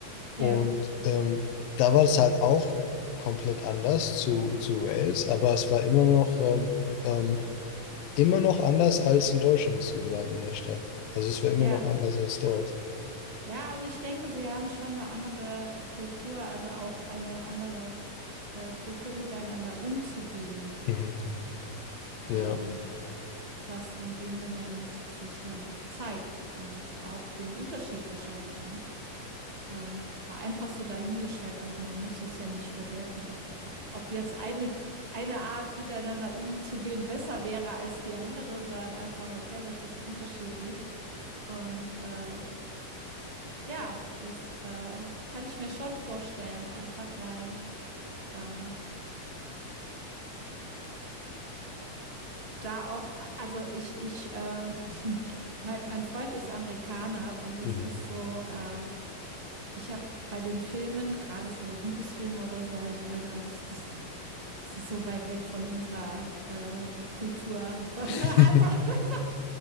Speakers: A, on the right; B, on the left.
A: Ja,
B: Und ähm, da war es halt auch komplett anders zu, zu Wales, aber es war immer noch, ähm, ähm, immer noch anders als in Deutschland zu sein in der Stadt. Also es war immer
A: ja.
B: noch anders als dort.
A: Ja, also ich denke, sie haben schon eine andere Kultur, also auch eine andere, äh, Kultur miteinander umzugehen,
B: Mhm. Ja.
A: ähm, was in dem Moment sich dann auch zeigt und auch den Unterschied wahrscheinlich macht. Ähm, mal einfach so dahingestellt. Also man muss das ja nicht bewerten, ob, ob, ob jetzt eine, eine Art miteinander umzugehen besser wäre als die andere, sondern einfach, okay, das ist unterschiedlich. Und äh, ja, das äh, kann ich mir schon vorstellen, einfach weil ähm, da auch, also ich, ich, ähm, <laughs> mein, mein Freund ist Amerikaner und das
B: Mhm.
A: ist so, äh, Ich habe bei den Filmen, gerade so Liebesfilme oder so, habe ich immer gedacht, das das das ist so weit weg von unserer, äh, Kultur. <laughs> Von
B: <laughs>
A: also, das